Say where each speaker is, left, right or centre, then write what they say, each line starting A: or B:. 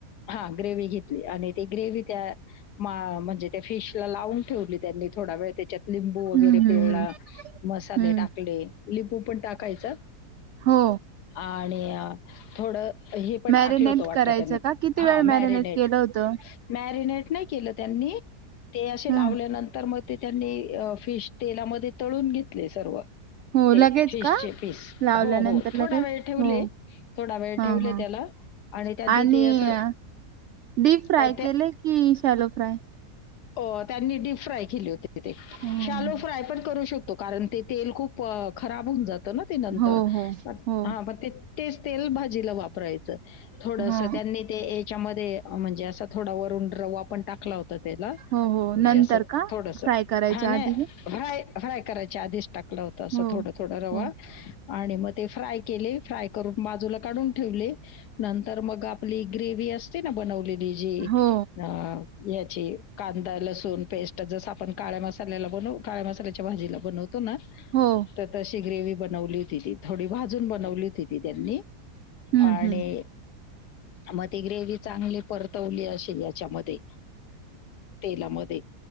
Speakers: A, on the left (about 80°); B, on the right (about 65°).
A: हा ग्रेवही घेतली आणि ती ग्रेव्ही त्या म्हणजे त्या फिश ला लावून ठेवली त्यांनी थोड त्यामुळे त्याच्यात लिंबू वगैरे
B: हम्म
A: पिळला
B: हम्म हम्म
A: मसाले
B: हम्म
A: टाकले लिंबू पण टाकायचा.
B: हो
A: आणि थोड हे
B: मॅरिनेट
A: टाकल होत वाटत
B: करायचं
A: त्यांनी
B: का किती
A: हा
B: वेळ
A: मॅरिनेट
B: केलं होतं
A: मॅरिनेट के त्यांनी ते अस
B: ह
A: लाल्यांतर मग. ते त्यांनी फिश तेलामध्ये तळून घेतले सर्व
B: हो
A: ते
B: लगेच
A: फीशचे
B: का
A: पीस
B: लावल्यानंतर
A: हो हो थोडा
B: लगेच
A: वेळ ठेवले
B: हो
A: थोडा वेळ
B: हा
A: ठेवले
B: हा
A: त्याला. आणि त्यांनी
B: आणि
A: ते असं
B: डीप फ्राय
A: अ,
B: केले की शॅलो फ्राय.
A: हो त्यांनी डीप फ्राय केली होती ते,
B: हम्म.
A: शालो फ्राय पण करू शक तो. कारण ते तेल खूप खराब होऊन जात ना ते नंतर.
B: हो हो
A: हा
B: हो
A: पण ते तेच तेल भाजीला वापरायचं. थोडस
B: हा
A: त्यांनी ते याच्यामध्ये म्हणजे असा थोडा वरुन रवा आपण टाकला हो त्याला
B: हो हो
A: म्हणजे
B: नंतर
A: अस
B: का
A: थोडंसं
B: फ्राय करायच्या
A: हा नाय
B: आधी का?
A: हाय फ्राय करायच्या आधीच टाकलं होतं असं
B: हो
A: थोडं थोडं रवा.
B: हो
A: आणि मग ते फ्राय केले. फ्राय करून बाजूला काढून ठेवले. नंतर मग आपली ग्रेव्ही असते ना बनवलेली लई जी
B: हो
A: अ याची कांदा लसूण पेस्ट जस आपण काळ्या मसाल्याला बनवू काळ्या मसाल्याच्या भाजीला बनवत तोना
B: हो
A: तर तशी ग्रेव्ही बनवली होती ती थोडथोडे भाजून बनवली होती ती त्यांनी
B: हम्म
A: आणि
B: हम्म
A: मग ती ग्रेवी चांगली परतवली असेल याच्यामध्ये तेलामध्ये